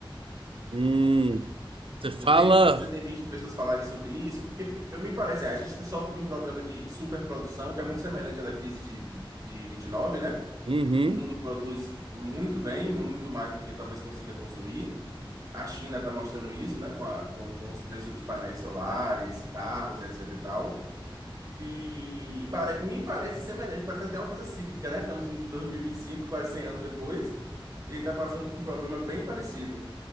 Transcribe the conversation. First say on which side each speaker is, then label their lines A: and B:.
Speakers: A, on the right (about 85°); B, on the right (about 40°).
A: Hum, você
B: Tu
A: fala.
B: tem- você tem visto pessoas falarem sobre isso? Porque eu me parece, a gente sofre de um problema de superprodução, que é muito semelhante à da crise de, de 29, né?
A: Uhum,
B: O mundo produz muito bem, muito mais do que talvez consiga consumir. A China está mostrando isso, né? Com, a- com, com os preços dos painéis solares, carros, etc e tal. E pare- me parece semelhante, parece até uma coisa cíclica, né? Estamos em 2025, quase 100 anos depois, e ele está passando por um problema bem parecido.